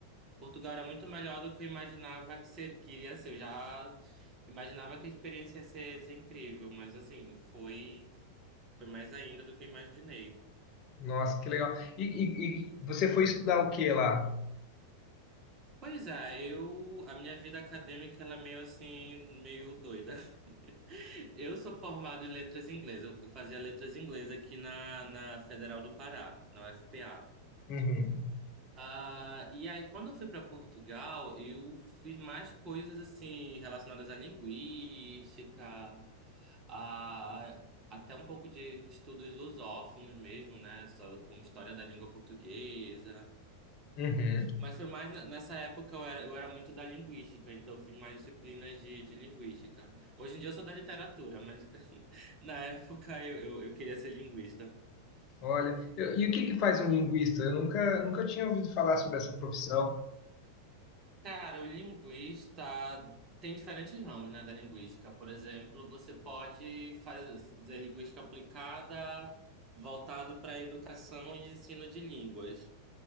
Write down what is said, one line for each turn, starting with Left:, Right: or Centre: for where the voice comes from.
Right: Portugal era muito melhor do que eu imaginava que, ser, que iria ser. Eu já imaginava que a experiência ia ser, ia ser incrível, mas assim, foi, foi mais ainda do que eu imaginei.
Left: Nossa, que legal. E, e- e você foi estudar o que lá?
Right: Pois é, eu, a minha vida acadêmica ela é meio assim, meio doida. <laughs> Eu sou formado em letras inglesas. Eu fazia letras inglesas aqui na, na Federal do Pará, na UFPA.
Left: Uhum.
Right: Ah, e aí, quando eu fui para Portugal, eu fiz mais coisas assim relacionadas à linguística, a, até um pouco de estudos lusófonos mesmo, né? Só como história da língua portuguesa.
Left: Uhum.
Right: Mas foi mais na- nessa época eu era, eu era muito da linguística, então eu fiz mais disciplinas de, de linguística. Hoje em dia eu sou da literatura, mas <laughs> na época eu, eu, eu queria ser linguista.
Left: Olha, eu- e o que que faz um linguista? Eu nunca, nunca tinha ouvido falar sobre essa profissão.
Right: Cara, o linguista tem diferentes ramos, né, da linguística. Por exemplo, você pode fazer linguística aplicada voltado para educação e ensino de línguas.